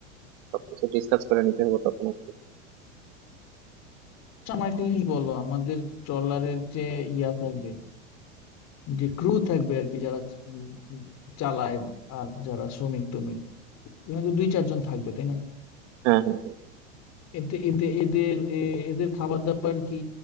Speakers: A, on the right (about 60°); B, on the left (about 45°).
A: সবকিছু ডিসকাস করে নিতে হবে তখন আর কি।
B: আচ্ছা আমার একটা জিনিস বলো আমাদের ট্রলারের যে ইয়া থাকবে যে ক্রু থাকবে আর কি যারা উম চালায় আর যারা শ্রমিক টমিক এখানে তো দুই চারজন থাকবে তাই না
A: হ্যাঁ হ্যাঁ
B: এতে এদের এদের এ- এদের খাবার দাবার কি